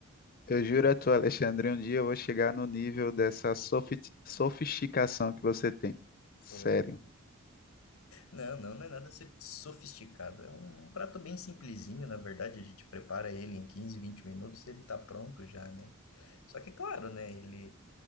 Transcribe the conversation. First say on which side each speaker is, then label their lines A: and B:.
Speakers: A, on the left (about 45°); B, on the left (about 80°).
A: eu, eu juro a tu, Alexandre, um dia eu vou chegar no nível dessa sofi- sofisticação que você tem. Sério,
B: Opa. Não, não, não é nada so- sofisticado. É um prato bem simplesinho, na verdade. A gente prepara ele em 15 20 minutos, ele tá pronto já, né? Só que, claro, né? Ele